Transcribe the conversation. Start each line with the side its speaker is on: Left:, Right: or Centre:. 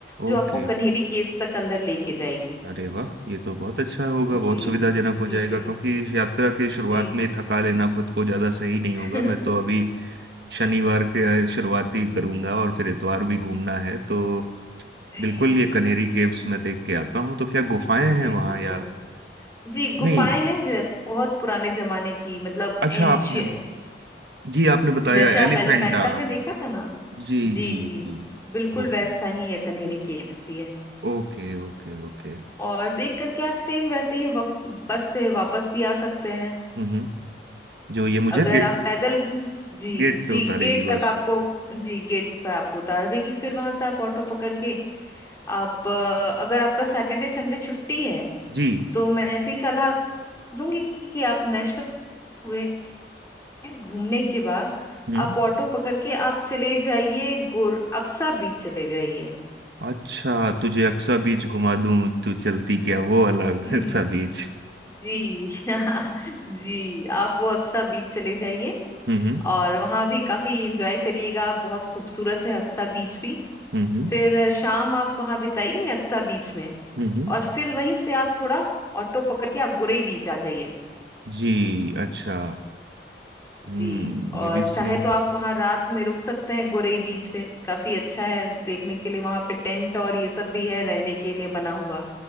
Left: जो
Right: ओके
Left: आपको कन्हेरी केव्स तक अंदर लेके जाएगी
Right: अरे वाह ये तो बहुत अच्छा होगा बहुत
Left: जी
Right: सुविधाजनक हो
Left: जी
Right: जाएगा
Left: जी
Right: क्योंकि इस यात्रा की शुरुआत
Left: जी
Right: में ही थका लेना खुद को ज्यादा सही नहीं होगा
Left: <laughs>
Right: मैं तो अभी शनिवार के शुरुआती करूंगा और फिर इतवार भी घूमना है तो
Left: जी
Right: बिल्कुल
Left: जी
Right: ये कनेरी केव्स में देख के आता हूँ तो क्या गुफाएं
Left: जी
Right: हैं वहां
Left: बिल्कुल
Right: या
Left: जी गुफाएं
Right: नहीं
Left: हैं जे- बहुत पुराने जमाने की मतलब
Right: अच्छा
Left: एंशियंट
Right: आपने जी आपने बताया
Left: जैसे आप
Right: एलिफेंटा
Left: एलिफेंटा में देखा था ना
Right: जी
Left: जी
Right: जी
Left: जी
Right: जी
Left: बिल्कुल
Right: ओके
Left: वैसा ही है कनेरी केव्स भी है
Right: ओके ओके ओके
Left: और देख करके आप सेम वैसे ही वप, बस से वापस भी आ सकते हैं
Right: हम्म हम्म। जो ये मुझे
Left: अगर
Right: गेट
Left: आप पैदल घूम जी
Right: गेट
Left: जी
Right: पे उतारेगी
Left: गेट
Right: बस
Left: तक आपको जी गेट पर आपको उतार देगी फिर वहां से आप ऑटो पकड़ के आप अ, अगर आपका सैटरडे संडे छुट्टी है
Right: जी
Left: तो मैं ऐसी सलाह दूंगी कि आप नेशनल हुए घूमने के बाद
Right: हम्म
Left: आप ऑटो पकड़ के आप चले जाइए गोर अक्सा बीच चले जाइए
Right: अच्छा तुझे अक्सा बीच घुमा दूं तू चलती क्या वो अलग
Left: जी
Right: <laughs> अक्सा बीच
Left: जी <laughs> जी आप वो अक्सा बीच चले जाइए
Right: हम्म
Left: और वहां भी काफी एंजॉय करिएगा बहुत खूबसूरत है अक्सा बीच भी
Right: हम्म
Left: फिर शाम आप वहां बिताइए अक्सा बीच में
Right: हम्म
Left: और फिर वहीं से आप थोड़ा ऑटो पकड़ के आप गुरई बीच आ जाइए
Right: जी अच्छा
Left: जी
Right: हम्म
Left: और
Right: ये भी
Left: चाहे
Right: सही
Left: तो आप वहां रात में रुक सकते हैं गुरई बीच पे काफी अच्छा है देखने के लिए वहां पे टेंट और ये सब भी है रहने के लिए बना हुआ